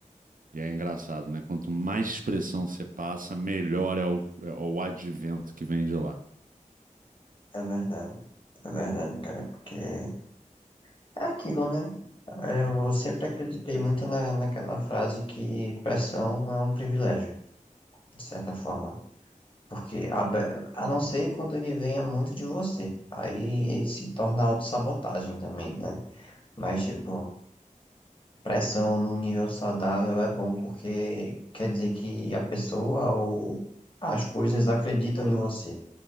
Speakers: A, on the right (about 80°); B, on the left (about 40°).
A: E é engraçado, né? Quanto mais pressão você passa, melhor é o, é o advento que vem de lá.
B: É verdade, é verdade, cara, porque é aquilo, né? Eu sempre acreditei muito na, naquela frase que pressão é um privilégio. de certa forma. Porque a, a não ser quando ele venha muito de você. Aí ele se torna autossabotagem também, né? Mas, tipo, pressão num nível saudável é bom porque quer dizer que a pessoa ou as coisas acreditam em você,